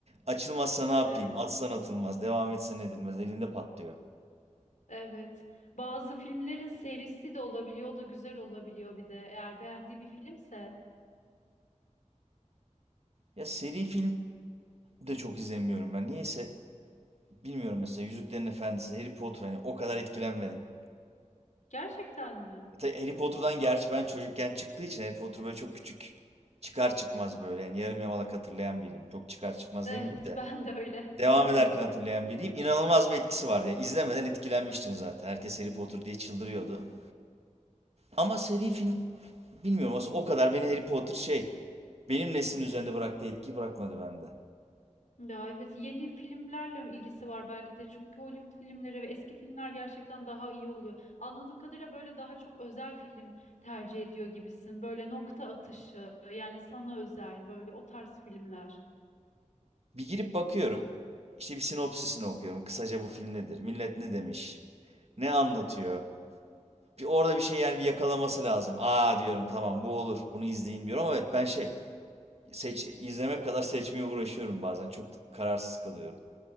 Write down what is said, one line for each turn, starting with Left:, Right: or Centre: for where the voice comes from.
Right: Açılmazsa ne yapayım?
Left: Ee,
Right: Atsan atılmaz. Devam etsen edilmez. Elinde patlıyor.
Left: evet. Bazı filmlerin serisi de olabiliyor. O da güzel olabiliyor bir de. Eğer beğendiği bir filmse.
Right: Ya seri film de çok izlemiyorum ben. Niyeyse Bilmiyorum mesela Yüzüklerin Efendisi, Harry Potter hani o kadar etkilenmedim.
Left: Gerçekten mi?
Right: E tabii Harry Potter'dan gerçi ben çocukken çıktığı için Harry Potter böyle çok küçük çıkar çıkmaz böyle yani yarım yamalak hatırlayan biriyim. Çok çıkar çıkmaz
Left: Evet
Right: demeyeyim de
Left: <laughs> ben de öyle.
Right: devam ederken hatırlayan biriyim. İnanılmaz bir etkisi vardı ya. İzlemeden etkilenmiştim zaten. Herkes Harry Potter diye çıldırıyordu. Ama seri film bilmiyorum aslında o kadar beni Harry Potter şey benim neslin üzerinde bıraktığı etki bırakmadı bende.
Left: Ya evet yeni filmlerle ilgisi var belki de çünkü Hollywood filmleri ve eski filmler gerçekten daha iyi oluyor. Anladığım kadarıyla böyle daha çok özel film tercih ediyor gibisin. Böyle nokta atışı yani sana özel böyle o tarz filmler.
Right: Bir girip bakıyorum. İşte bir sinopsisini okuyorum. Kısaca bu film nedir? Millet ne demiş? Ne anlatıyor? Bir orada bir şey yani bir yakalaması lazım. Aa diyorum tamam bu olur. Bunu izleyeyim diyorum ama evet ben şey seç izlemek kadar seçmeye uğraşıyorum bazen. Çok kararsız kalıyorum.